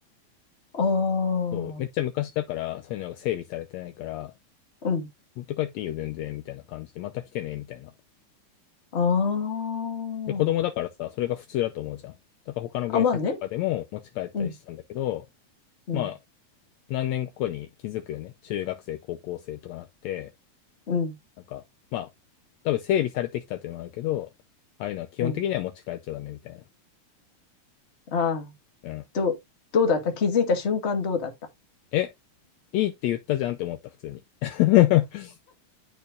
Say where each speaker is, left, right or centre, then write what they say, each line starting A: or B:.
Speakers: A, on the left (about 25°); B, on the left (about 75°).
A: ああ、
B: そう、めっちゃ昔だから、そういうのが整備されてないから、
A: うん、
B: 持って帰っていいよ全然、みたいな感じで、また来てね、みたいな。
A: ああ。
B: で、子供だからさ、それが普通だと思うじゃん。だから他のゲーセンとかでも持ち帰ったりしたんだけど、
A: あ、まあね。うん、うん、
B: まあ、何年後かに気づくよね。中学生、高校生とかなって、
A: うん、
B: なんか、まあ、多分整備されてきたっていうのもあるけど、ああいうのは基本的には持ち帰っちゃダメみたい
A: うん。ああ、
B: な。うん。
A: どう、どうだった気づいた瞬間どうだった
B: え、いいって言ったじゃんって思った、普通に。<laughs>